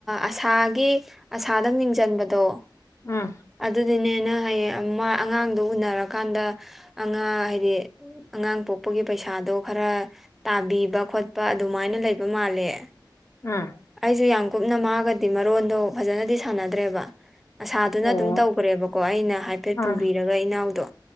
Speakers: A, in the centre; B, on the left (about 35°).
A: ꯑꯁꯥꯒꯤ ꯑꯁꯥꯗ ꯃꯤꯡ ꯆꯟꯕꯗꯣ
B: ꯎꯝ
A: ꯑꯗꯨꯗꯤꯅꯦꯅ ꯍꯌꯦ ꯑꯉꯥꯡꯗꯣ ꯎꯅꯔꯀꯥꯟꯗ ꯑꯉꯥꯡ ꯍꯥꯏꯗꯤ ꯑꯉꯥꯡ ꯄꯣꯛꯄꯒꯤ ꯄꯩꯁꯥꯗꯣ ꯈꯔ ꯇꯥꯕꯤꯕ ꯈꯣꯠꯄ ꯑꯗꯨꯃꯥꯏꯅ ꯂꯩꯕ ꯃꯥꯜꯂꯦ
B: ꯎꯝ
A: ꯑꯩꯁꯨ ꯌꯥꯝ ꯀꯨꯞꯅ ꯃꯥꯒꯗꯤ ꯃꯔꯣꯟꯗꯣ ꯐꯖꯅꯗꯤ ꯁꯥꯟꯅꯗ꯭ꯔꯦꯕ ꯑꯁꯥꯗꯨꯅ
B: ꯑꯣ
A: ꯑꯗꯨꯝ ꯇꯧꯈ꯭ꯔꯦꯕꯀꯣ ꯑꯩꯅ ꯍꯥꯏꯐꯦꯠ
B: ꯎꯝ
A: ꯄꯨꯕꯤꯔꯒ ꯏꯅꯥꯎꯗꯣ